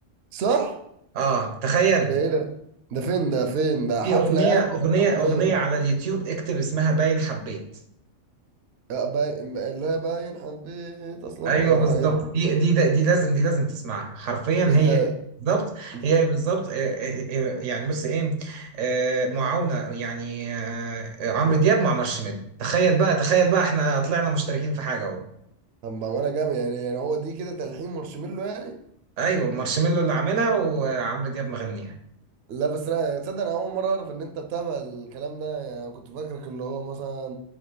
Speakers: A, on the right; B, on the right.
A: صح
B: اه تخيل
A: ده ايه ده ده فين ده فين ده
B: في
A: حفله
B: اغنيه
A: يعني
B: اغنيه
A: ولا اغنيه
B: اغنيه على اليوتيوب اكتب اسمها باين حبيت
A: لا باين اللي هي باين حبيت اصلا
B: ايوه
A: الحاجات
B: بالظبط دي دي ده- دي لازم دي لازم تسمعها حرفيا
A: دي
B: هي
A: تا-
B: بالظبط
A: دي-
B: هي بالظبط آه، آه، آه، يعني بص ايه آه، معاونه يعني آه، آه، عمرو دياب مع مارشميلو تخيل بقى تخيل بقى احنا طلعنا مشتركين في حاجه اهو
A: طب ما انا جامد يعني يعني هو دي كده تلحين مارشميلو يعني
B: ايوه مارشميلو اللي عاملها وعمرو دياب مغنيها
A: لا بس لا تصدق انا اول مره اعرف ان انت بتابع الكلام ده يعني كنت فاكرك اللي هو مثلا